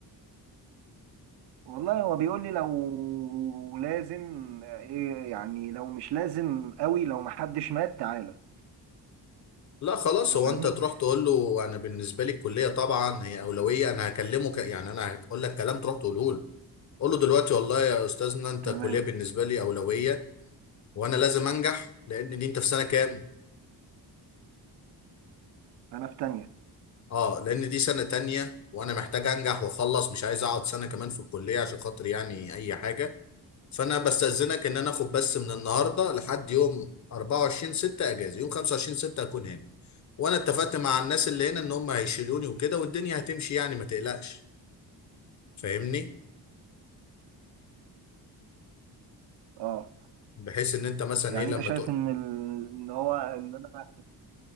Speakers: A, on the right; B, on the left.
A: والله هو بيقول لي لو لازم آه، إيه يعني لو مش لازم قوي لو محدش مات تعالى
B: لا خلاص
A: انت
B: هو
A: فاهمني
B: انت تروح تقول له انا بالنسبة لي الكلية طبعا هي اولوية انا هكلمه ك... يعني انا هقول لك كلام تروح تقوله له قول له دلوقتي والله يا استاذنا انت
A: تمام
B: الكلية بالنسبة لي اولوية وانا لازم انجح لان دي انت في سنة كام
A: انا في تانية
B: اه لان دي سنة تانية وانا محتاج انجح واخلص مش عايز اقعد سنة كمان في الكلية عشان خاطر يعني اي حاجة فانا بستأذنك ان انا اخد بس من النهارده لحد يوم 24 6 اجازه يوم 25 6 اكون هنا وانا اتفقت مع الناس اللي هنا ان هم هيشيلوني وكده والدنيا هتمشي يعني ما تقلقش فاهمني
A: اه
B: بحيث ان انت مثلا
A: يعني
B: ايه لما
A: انت شايف
B: تقول
A: ان ال... ان هو ان انا